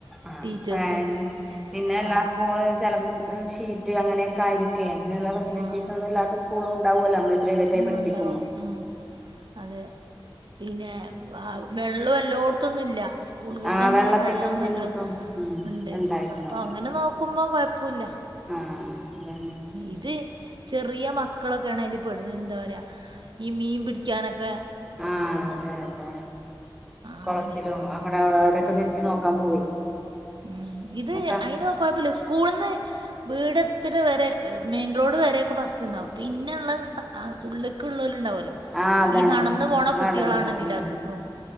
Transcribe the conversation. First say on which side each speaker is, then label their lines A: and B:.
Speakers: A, in the centre; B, on the right.
A: ആ
B: ടീച്ചേഴ്സും
A: ഫാനും പിന്നെ
B: ആ
A: എല്ലാ സ്കൂളിൽ ചിലപ്പോ ഷീ റ്റ് അങ്ങനെയൊക്കെ ആരിക്കും. എ അങ്ങനുള്ള ഫെസിലിറ്റീസൊന്നുല്ലാത്ത
B: ആ
A: സ്കൂളണ്ട്. ഇണ്ടാവൂല്ലൊ <unintelligible> പ്രൈവറ്റായി
B: ആഹ്
A: പഠിപ്പികുമ്പോ.
B: ഉണ്ടാവും ഉം അതെ പിന്നെ വ വെള്ളം എല്ലോടത്തൊന്നുംല്ല സ്കൂളുകളിൽ
A: ആ
B: തന്നെ
A: വെള്ളത്തിന്റെ
B: വെള്ളം
A: ബുദ്ധിമുട്ടും
B: നല്ല
A: ഉം
B: ഉണ്ട്
A: ഉണ്ടായിരുന്നു
B: അപ്പോ
A: തോന്നണ്
B: അങ്ങനെ നോക്കു കുമ്പം കുയപ്പവില്ല.
A: ആഹ് അതാണ്
B: ഇത് ചെറിയ മക്കളൊക്കെ ആണേലും എന്താ പറയാ ഈ മീൻ പിടി ക്കാനക്കെ
A: ആ അതെ അതെ
B: ആഹ്
A: കുളത്തിലും
B: അങ്ങനെ
A: അവിടെ അവിടൊക്കെ
B: ഉം
A: ഒന്ന് എത്തി നോക്കാൻ പോയി
B: ഉം ഇത്
A: അതൊക്കെ
B: അയിന് കൊഴപ്പില്ല സ്കൂള ന്ന് വീടെത്തണ വരെ മെയിൻ റോഡ് വരൊക്കെ ബസ് ഉണ്ടാവും പിന്നൊള്ള ആ ഉള്ളിക്ക്‌ ഉള്ളലും ഉണ്ടാവുല്ലോ.
A: ആഹ് അതാണ്
B: ഈ നടന് പോണ കുട്ടികളാണ്
A: നടന്ന്
B: ഇതിലധികവും
A: ഉം